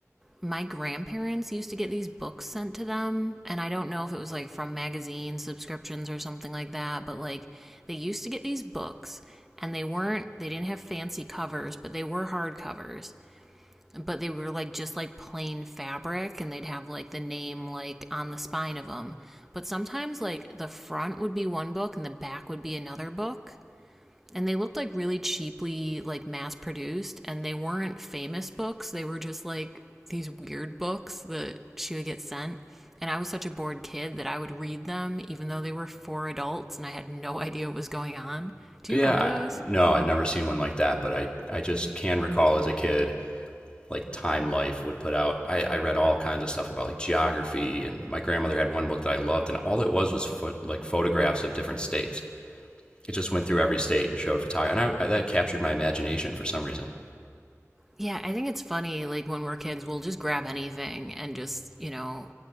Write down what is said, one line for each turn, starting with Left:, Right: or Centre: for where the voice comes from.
Centre: my grandparents used to get these books sent to them and i don't know if it was like from magazine subscriptions or something like that but like they used to get these books and they weren't they didn't have fancy covers but they were hard covers but they were like just like plain fabric and they'd have like the name like on the spine of them but sometimes like the front would be one book and the back would be another book and they looked like really cheaply like mass produced and they weren't famous books they were just like these weird books that she would get sent and i was such a bored kid that i would read them even though they were for adults and i had no <laughs> idea what was going on do
Left: Yeah,
Centre: you remember
Left: I,
Centre: those
Left: no, I've never seen one like that, but I, I just can recall as a kid, like Time Life would put out. I, I read all kinds of stuff about like geography, and my grandmother had one book that I loved, and all it was was pho- like photographs of different states. It just went through every state and showed photography, and I, I, that captured my imagination for some reason.
Centre: yeah i think it's funny like when we're kids we'll just grab anything and just you know